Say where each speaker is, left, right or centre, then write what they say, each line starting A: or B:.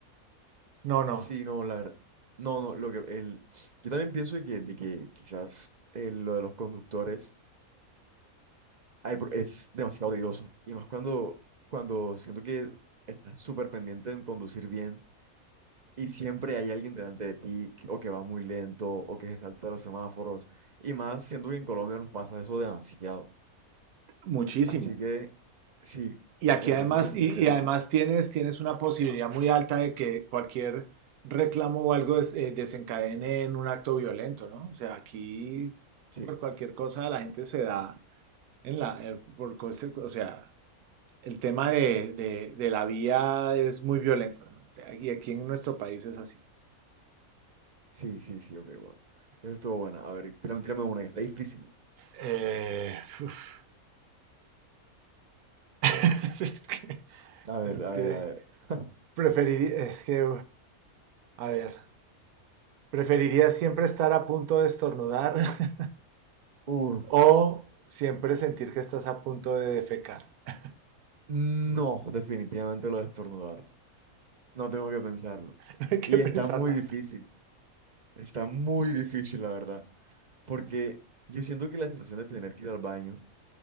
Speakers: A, on the right (about 80°); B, on the right (about 40°).
A: no, no,
B: Sí, no, la verdad. No, no, lo que el, yo también pienso de que, de que quizás eh, lo de los conductores ay, por- es demasiado tedioso. Y más cuando, cuando siento que estás súper pendiente en conducir bien Y siempre hay alguien delante de ti que- o que va muy lento o que se salta los semáforos. Y más, siento que en Colombia nos pasa eso demasiado.
A: muchísimo.
B: Así que sí,
A: Y aquí
B: entonces
A: además,
B: definitivamente
A: y, y además tienes, tienes una posibilidad muy alta de que cualquier reclamo o algo des- eh, desencadene en un acto violento, ¿no? O sea, aquí
B: sí,
A: por cualquier cosa la gente se da en la, eh, por cose- o sea, el tema de, de, de la vía es muy violento. ¿no? Y aquí en nuestro país es así.
B: sí, sí, sí, ok, bueno. Eso estuvo bueno. A ver, tírame, tírame una que está difícil.
A: Eh, uf, <laughs> es que,
B: A ver,
A: es
B: a
A: que
B: ver, a ver. <laughs>
A: preferiría, es que, a ver, preferiría siempre estar a punto de estornudar <laughs>
B: Uh,
A: o siempre sentir que estás a punto de defecar. <laughs>
B: no, definitivamente lo de estornudar. No tengo que pensarlo.
A: No hay que
B: Y
A: pensar
B: está muy
A: nada.
B: difícil. Está muy difícil, la verdad. Porque yo siento que la sensación de tener que ir al baño